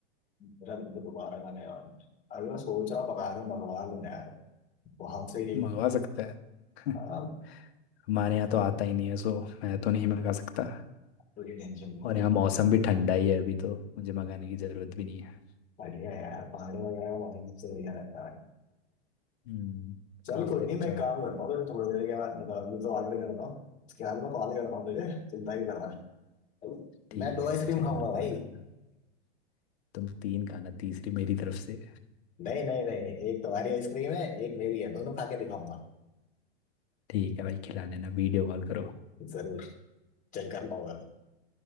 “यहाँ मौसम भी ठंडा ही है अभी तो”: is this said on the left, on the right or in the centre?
Left